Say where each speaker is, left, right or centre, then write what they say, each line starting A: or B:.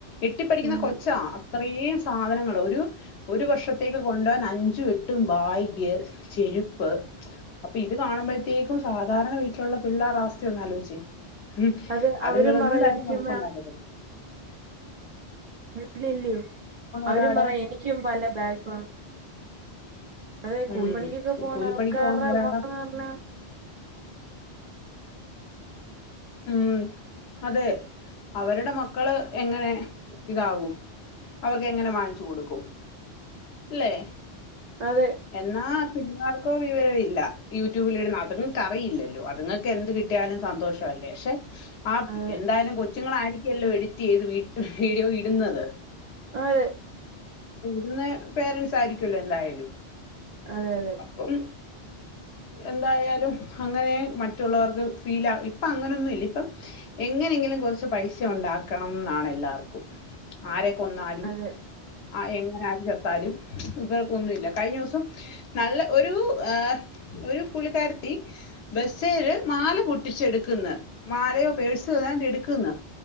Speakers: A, on the left; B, on the right.
A: ട്ടിപ്പഠിക്കുന്ന
B: ഉം
A: കൊച്ചാ അത്ത്രേയ് സാധനങ്ങള് ഒരു ഒരു വർഷത്തേക്ക് കൊണ്ടോവൻ അഞ്ചും എട്ടും ബാഗ്യ ചെരുപ്പ് അപ്പൊ ഇത് കാണുമ്പഴത്തേക്കും സാധാരണ വീട്ടിലുള്ള പിള്ളേറ അവസ്ഥയൊന്നാലോയ്ചെ ഉം
B: അതെ
A: അതുങ്ങള്
B: അവരും പറയും
A: ന്തായലും
B: എനിക്കും
A: <unintelligible> രും
B: ല്ല ഇല്ലയോ അവരും
A: ഒരാടെ
B: പറയാ എനിക്കും പല്ല ബാഗ് അതെ
A: ഉം
B: കൂലി പണിക്കൊക്കെ
A: കൂ-
B: പോണ
A: കൂലിപ്പണിക്ക്
B: ആൾക്കാറേ
A: പോകുന്നവരാടാ
B: മക്ക <unintelligible> ർഞ്ഞ
A: ഉം അതെ അവരുടെ മക്കള് എങ്ങനെ ഇതാകും അവർക്ക് എങ്ങനെ വാങ്ങിച്ചു കൊടുക്കും അല്ലേ
B: അതെ
A: എന്നാ പിള്ളാർക്കോ വിവരൊ ഇല്ല യൂട്യൂബിലിടുന്ന അതുങ്ങക്ക് അറിയില്ലോ അതുങ്ങക്ക് എന്ത് കിട്ടിയാലും സന്തോഷ് ഷോ അല്ലേ ഷേ ആ
B: അതെ
A: എന്തായാലും കൊച്ചുങ്ങളായിരി എല്ലോ എഡിറ്റ് എയ്ത് വീ ഹ് മ് വീഡിയോ ഇടുന്നത്
B: അതെ
A: ര്ന്നെ പേരൻസ് ആയിരിക്കുവല്ലോ എന്തായാലും
B: അതെ അതെ
A: അപ്പം എന്തായാലും അങ്ങനെ മറ്റുള്ളവർക്ക് ഫീല് ആ ഇപ്പൊ അങ്ങനൊന്നു ഇല്ല ഇപ്പം എങ്ങനെങ്കിലും കൊർച്ച് പൈസ ഉണ്ടാക്കണം ന്നാണ് എല്ലാർക്കും ആരെ കൊന്നാലും
B: അതെ
A: ആ എങ്ങനെ ആര് ചത്താലും വർക്ക് ഒന്നുവില്ല കഴിഞ്ഞോസം നല്ല ഒരു ആ ഒരു പുള്ളിക്കാരിത്തി ബസ്സേല് മാല പൊട്ടിച്ച് എട്ക്ക്ന്ന് മാലയോ പേഴ്സോ താണ്ട് എടുക്ക്ന്ന്